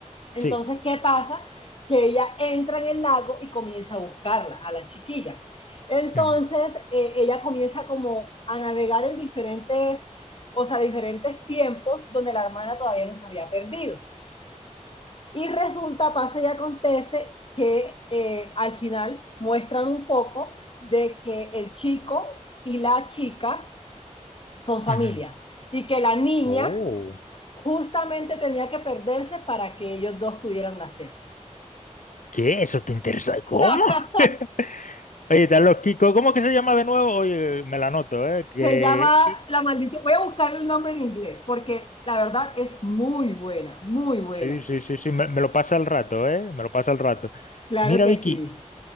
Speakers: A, on the left (about 45°); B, on the left (about 85°).
A: Entonces,
B: Sí.
A: ¿qué pasa? Que ella entra en el lago y comienza a buscarla, a la chiquilla. Entonces,
B: ujú,
A: eh, ella comienza como a navegar en diferentes, o sea, diferentes tiempos donde la hermana todavía no se había perdido. Y resulta, pasa y acontece que eh, al final muestran un poco de que el chico y la chica son familia
B: ujú.
A: y que la niña
B: Oh,
A: justamente tenía que perderse para que ellos dos pudieran nacer.
B: ¿qué? ¿Eso te interesa? ¿Cómo?
A: <laughs> ¡Ja!
B: <laughs> Oye, están los Kiko. ¿Cómo que se llama de nuevo? Oye, me la anoto, ¿eh? Que...
A: Se llama La Maldición. Voy a buscar el nombre en inglés porque la verdad es muy buena, muy buena.
B: Sí, sí, sí, sí, me, me lo pasa al rato, ¿eh? Me lo pasa al rato.
A: Claro
B: Mira,
A: que
B: Vicky,
A: sí.